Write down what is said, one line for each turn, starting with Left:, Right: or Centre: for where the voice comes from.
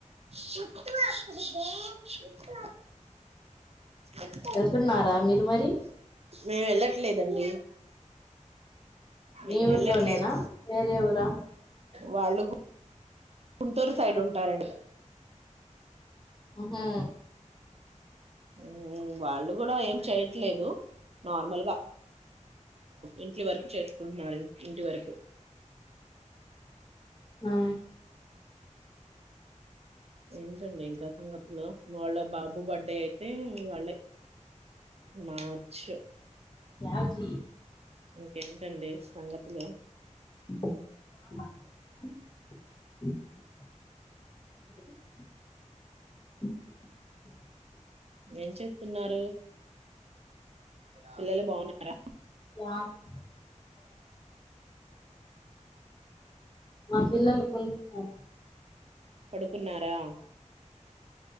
Right: చుట్టూ అక్కడకే చుట్టూ అక్కడే
Left: వెళ్తున్నారా మీరు మరి
Right: మేము వెళ్ళట్లేదండి. మేము
Left: మీ ఊర్లోనేనా
Right: వెళ్ళట్లేదు
Left: వేరే ఊరా
Right: వాళ్ళు గుంటూరు సైడ్ ఉంటారండి
Left: ఆహా
Right: మ్మ్ వాళ్ళు గూడా ఏం చేయ ట్లేదు నార్మల్గా. ఇంటి వరకు చేసుకుంటున్నారు. ఇంటి వరకు
Left: ఆ
Right: ఏంటండి ఇంకా సంగతులు వాళ్ళ బాబు బర్త్డే అయితే వాళ్ళే మార్చ్.
Left: టాక్సీ
Right: ఇంకేంటండి సంగతులు
Left: <inaudible> <inaudible>
Right: ఏం చేత్తున్నారు పిల్లలు బావున్నారా
Left: <unintelligible> మా పిల్లలు కొంటున్నారు
Right: పడుకున్నారా